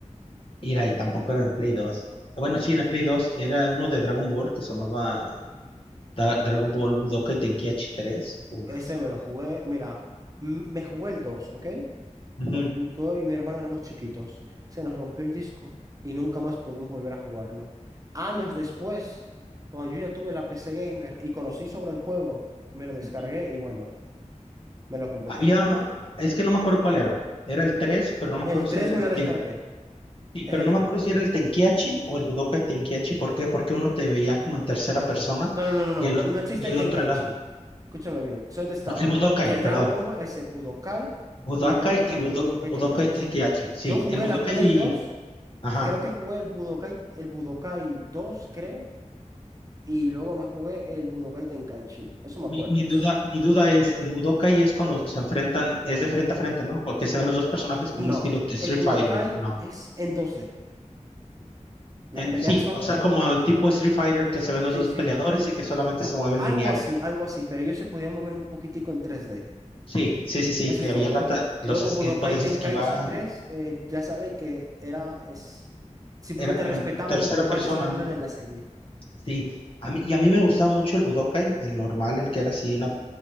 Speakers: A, on the left; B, on the right.
A: Era, y tampoco era en el Play dos Bueno, sí, en el Play 2 era uno de Dragon Ball que se llamaba Da- Dragon Ball Budokai Tenkaichi 3. Uf.
B: Ese me lo jugué, mira, m- me jugué el 2, ¿ok?
A: Ujú,
B: Con, yo y mi hermano éramos chiquitos, se nos rompió el disco y nunca más pudimos volver a jugarlo. Años después, cuando yo ya tuve la PC Gamer y conocí sobre el juego, me lo descargué
A: ujú.
B: y bueno, me lo completé.
A: Había, es que no me acuerdo cuál era. Era el tres pero no me
B: El
A: acuerdo si
B: 3
A: era el
B: me lo descargué,
A: Ten, sí,
B: es
A: pero
B: el
A: no me
B: 3.
A: acuerdo si era el Tenkiachi o el Budokai Tenkiachi. ¿Por qué? Porque uno te veía como en tercera persona
B: No, no, no, no, no.
A: y el, o-
B: No existe
A: y
B: el
A: el
B: Tenkaichi.
A: otro era,
B: Escúchame bien. Solo está
A: no, el Budokai,
B: el Dragon
A: perdón.
B: Ball, ese Budokai,
A: Budokai
B: y luego está
A: y
B: el
A: Budo-
B: Budokai
A: Budokai
B: Tenkaichi.
A: Tenkiachi. Sí,
B: Yo jugué
A: el Budokai
B: la Play
A: y,
B: 2,
A: ajá.
B: creo que jugué el Budokai, el Budokai 2, creo, y luego me jugué el Budokai Tenkaichi. Eso me acuerdo.
A: Mi, mi
B: Eso...
A: duda, mi duda es, el Budokai es cuando se enfrentan, es de frente a frente, ¿no? Porque se ven los dos personajes como
B: No,
A: un estilo de Street
B: el Budokai
A: Fighter, ¿no?
B: es en 2D. Las
A: En,
B: peleas
A: sí,
B: son,
A: o sea, como el tipo Street Fighter que se ven los
B: sí,
A: dos
B: sí,
A: peleadores y que solamente se mueven
B: algo
A: lineal.
B: así, algo así, pero ellos se podían mover un poquitico en 3D.
A: Sí, sí, sí, sí.
B: Eso es
A: Había
B: todo.
A: la ta- los
B: Luego
A: es-
B: Budokai
A: eh, podías
B: Tenkaichi
A: esquivar.
B: tres eh, ya sabéis que era, es, simplemente
A: Era como
B: respetaba
A: en tercera
B: los combates
A: persona,
B: como
A: ¿no?
B: eran en la serie.
A: Sí. A mí, y a mí me gustaba mucho el Budokai, el normal, el que era así una